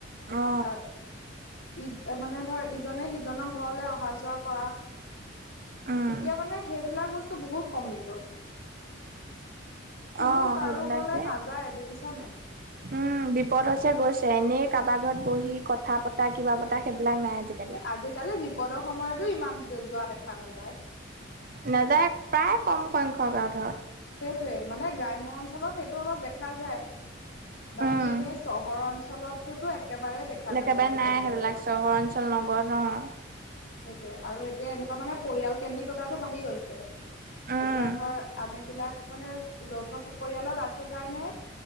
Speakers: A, on the right; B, on the left.
A: অ
B: আহ ঈদ মানে ধৰ ইজনে সিজনৰ ঘৰলৈ অহা-যোৱা কৰা
A: উম
B: এতিয়া মানে সেইবিলাক বস্তু বহুত কমি গ'ল কোনো
A: অ
B: কাৰো
A: সেইবিলাক
B: ঘৰলে
A: যে
B: নাযায় দেখিছ নাই।
A: উম, বিপদছে গৈছে এনেই কাৰোবাক ঘৰত বহি কথা পতা কিবা পতা সেইবিলাক নাই আজিকালি।
B: আজিকালি বিপদৰ সময়তো ইমান যোৱা দেখা নাযায়।
A: নাযায় প্ৰায় কম সংখ্যক আৰু ধৰ
B: সেইটোৱে মানে গ্ৰাম্য অঞ্চলত সেইটো অলপ দেখা যায়। বাকী
A: উম
B: এনেই চহৰ অঞ্চলটতো একেবাৰেই দেখা নাযায়
A: একেবাৰে
B: সেইটো
A: নাই সেইবিলাক
B: প্ৰয়সৰ।
A: চহৰ অঞ্চল নগৰত অ'।
B: সেইটোয়ে আৰু এতিয়া এনেকুৱা মানে পৰিয়াল কেন্দ্ৰিকতাটো বাঢ়ি গৈছে।
A: উম
B: এতিয়া ধৰ আমি বিলাক মানে যৌথ পৰিয়ালত আছো কাৰণে